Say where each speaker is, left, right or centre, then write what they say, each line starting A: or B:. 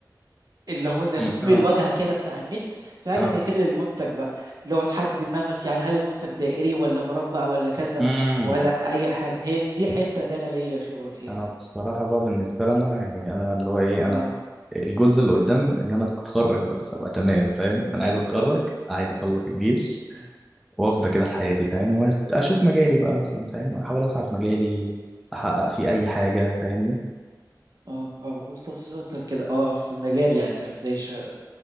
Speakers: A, on the right (about 55°); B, in the centre.
A: اللي هو زي
B: فاهمك،
A: تصميم
B: اه
A: الواجهه كده بتاع النت في حاجه
B: اه
A: زي كده للمنتج بقى اللي هو تحدد الملمس يعني هل المنتج دائري ولا مربع ولا كذا
B: امم
A: ولا اي حاجه هي دي الحته اللي انا ليا خبره فيها
B: انا
A: سن
B: بصراحة بقى بالنسبة لنا يعني انا اللي هو ايه
A: اه
B: انا الجولز اللي قدام ان انا اتخرج بس ابقى تمام فاهم انا عايز اتخرج عايز اخلص الجيش
A: اه
B: وافضة كده لحياتي فاهم واشوف مجالي بقى مثلا فاهم احاول اسعى في مجالي احقق فيه اي حاجة فاهمني
A: اه اه قول تفاصيل اكتر كده اه في المجال يعني انت زي شا...